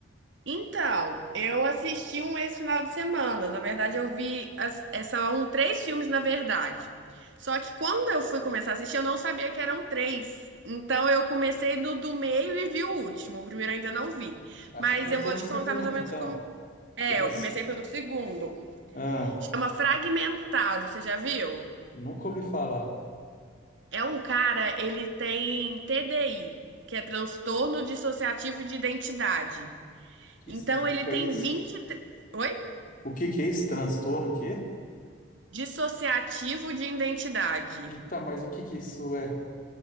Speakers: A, on the right; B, on the left.
A: Então, eu assisti um esse final de semana. Na verdade, eu vi. as- é, São três filmes, na verdade. Só que quando eu fui começar a assistir, eu não sabia que eram três. Então, eu comecei no do meio e vi o último. O primeiro eu ainda não vi.
B: Ah,
A: Mas
B: você começou
A: eu vou
B: no
A: te
B: segundo,
A: contar mais ou menos
B: então.
A: como. É,
B: Você começou.
A: eu comecei pelo segundo.
B: Ah,
A: Chama Fragmentado, você já viu?
B: nunca ouvi falar. O
A: É um cara, ele tem TDI, que é transtorno dissociativo de identidade.
B: que
A: Então
B: significa
A: ele tem
B: isso?
A: 20. Oi?
B: O que que é isso? Transtorno o quê?
A: Dissociativo de identidade.
B: Então, mas o que que isso é?